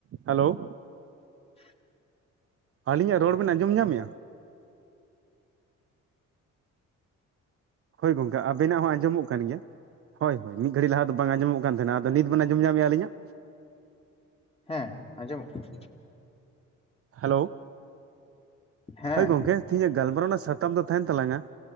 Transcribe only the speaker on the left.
<inaudible>
ᱦᱮᱸ, ᱟᱸᱡᱚᱢᱚᱜ ᱠᱟᱱᱟ᱾
ᱦᱮᱸ